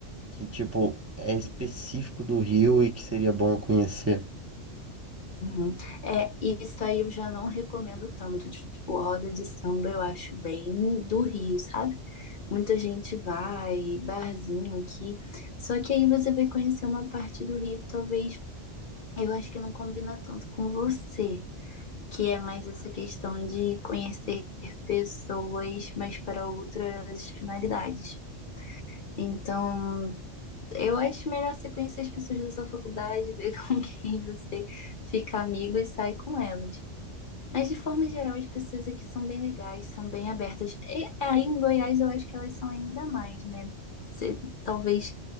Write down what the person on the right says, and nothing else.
que, tipo, é específico do Rio e que seria bom eu conhecer?